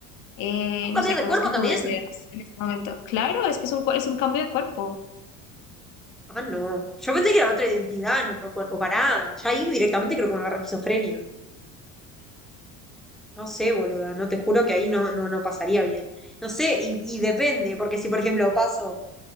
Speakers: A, on the left; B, in the centre.
A: eh,
B: ¿puedo cambiar
A: no sé,
B: de
A: cosas
B: cuerpo
A: que tú
B: también?
A: deseas en este momento. Claro, es que es un, cu- es un cambio de cuerpo.
B: Ah, no. Yo pensé que era otra identidad en otro cuerpo. Pará. Ya ahí directamente creo que me agarra esquizofrenia. No sé, boluda. No te juro que ahí no, no, no pasaría bien. No sé, y, y depende, porque si, por ejemplo, paso,